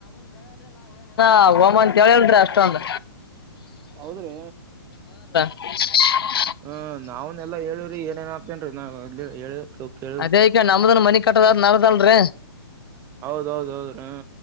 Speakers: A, on the left (about 70°); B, on the right (about 20°).
A: ಹ ಹೋಮ ಅಂತ ಹೇಳ್ರಿ ಅಷ್ಟೊಂದು
B: ಹೌದ್ರಿ
A: ಹ <unintelligible>
B: ಹ ನಾವನೆಲ್ಲಾ ಹೇಳಿವವ್ರಿ ಏನೇನ್ ಆಗ್ತೇನ್ೀ <unintelligible> ನಾವ ಹೇಳ ಕೇಳವ್ರಿ
A: ಅದೇಕ <unintelligible> ನಮ್ದನ್ ಮನಿ ಕಟ್ಟದಾದ್ ನಾ್ದಲ್ರಿೀ
B: ಹೌದೌದೌದ್ರ